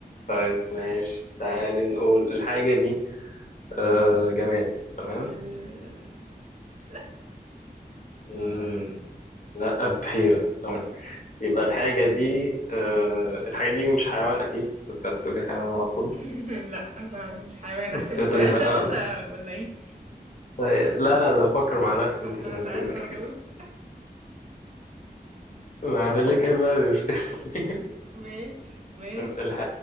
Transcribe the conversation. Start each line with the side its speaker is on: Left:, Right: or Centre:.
Left: طيب ماشي تعالي نقول الحاجة دي آه جماد تمام
Right: ال- لا
Left: مم. لا بحيرة تمام يبقى الحاجة دي آه الحاجة دي مش حيوان أكيد كنت هتقولي حيوان على طول
Right: <laughs> لا فعلا مش حيوان
Left: كنت
Right: احسبه
Left: هتقولي
Right: سؤال
Left: لا
Right: ده
Left: على
Right: ولا
Left: طول
Right: ولا ايه
Left: طيب لا لا ده بفكر مع نفسي
Right: ما
Left: انت اللي
Right: انا سأل
Left: هتقولي
Right: ما انا جاوبت
Left: <laughs> بعمل لك ايه بقى دي مشكلة <laughs>
Right: ماشي ماشي
Left: الح...